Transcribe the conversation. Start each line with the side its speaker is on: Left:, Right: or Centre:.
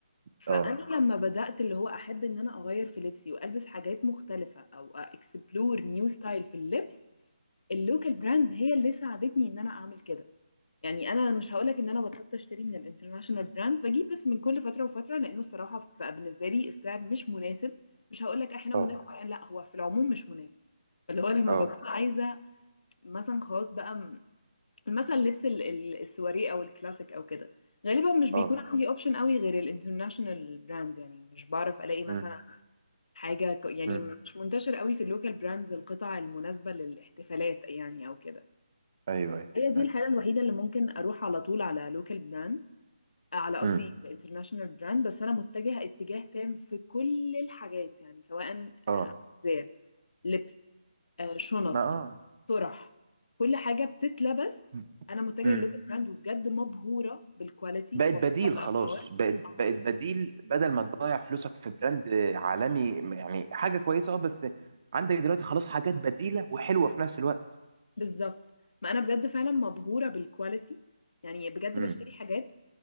Left: فأنا
Right: اه
Left: لما بدأت اللي هو أحب إن أنا أغير في لبسي وألبس حاجات مختلفة أو أكسبلور نيو ستايل في اللبس اللوكال براندز هي اللي ساعدتني إن أنا أعمل كده يعني انا مش هقولك ان انا بطلت اشتري من الانترناشونال براندز بجيب بس من كل فتره وفتره لانه الصراحه بقى بالنسبه لي السعر مش مناسب مش هقولك احيانا
Right: اه
Left: مناسب احيانا لا هو في العموم مش مناسب اللي هو لما
Right: اه
Left: بكون عايزه مثلا خلاص بقى م- مثلا لبس ال- ال- السواري او الكلاسيك او كده غالبا مش بيكون
Right: اه
Left: عندي اوبشن قوي غير الانترناشونال براندز يعني مش بعرف الاقي مثلا
Right: مم.
Left: حاجه ك- يعني
Right: مم.
Left: مش منتشر قوي في اللوكال براندز القطع المناسبه للاحتفالات يعني او كده
Right: ايوه ايوه
Left: هي دي
Right: أيوة.
Left: الحالة الوحيدة اللي ممكن أروح على طول على لوكال براند على قصدي
Right: مم.
Left: انترناشونال براند بس أنا متجهة اتجاه تام في كل الحاجات يعني سواء
Right: اه
Left: زي لبس آه، شنط
Right: ما اه
Left: طرح كل حاجة بتتلبس
Right: مم.
Left: أنا متجهة
Right: مم.
Left: للوكال براند وبجد مبهورة بالكواليتي
Right: بقت
Left: مبهورة
Right: بديل
Left: بالأسعار
Right: خلاص بقت
Left: آه،
Right: بقت بديل بدل ما تضيع فلوسك في براند عالمي يعني حاجه كويسه اه بس عندك دلوقتي خلاص حاجات بديله وحلوه في نفس الوقت
Left: بالظبط ما أنا بجد فعلا مبهورة بالكواليتي يعني بجد
Right: مم.
Left: بشتري حاجات